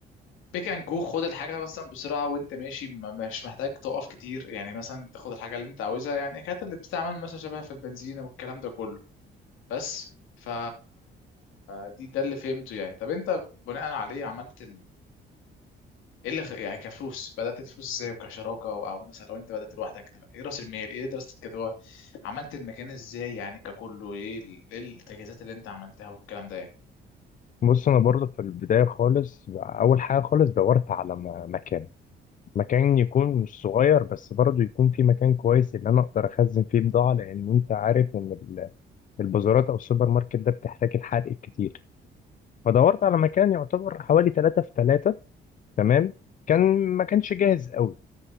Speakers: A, on the left (about 90°); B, on the left (about 40°).
A: بيك اند جو خد الحاجه مثلا بسرعه وانت ماشي ما- مش محتاج تقف كتير يعني مثلا تاخد الحاجه اللي انت عاوزها يعني كانت اللي بتستعمل مثلا شبه في البنزينه والكلام ده كله بس ف دي ده اللي فهمته يعني طب انت بناء عليه عملت ايه اللي خ... يعني كفلوس بدات الفلوس ازاي وكشراكه او, أو مثلا لو انت بدات لوحدك طب ايه راس المال ايه دراسه الجدوى عملت المكان ازاي يعني ككله ايه ال- إيه التجهيزات اللي انت عملتها والكلام ده يعني
B: بص انا برضه في البدايه خالص اول حاجه خالص دورت على م- مكان مكان يكون مش صغير بس برضه يكون في مكان كويس اللي انا اقدر اخزن فيه بضاعه لان انت عارف ان ال- البازارات او السوبر ماركت ده بتحتاج الحرق كتير فدورت على مكان يعتبر حوالي 3 في 3 تمام كان ما كانش جاهز قوي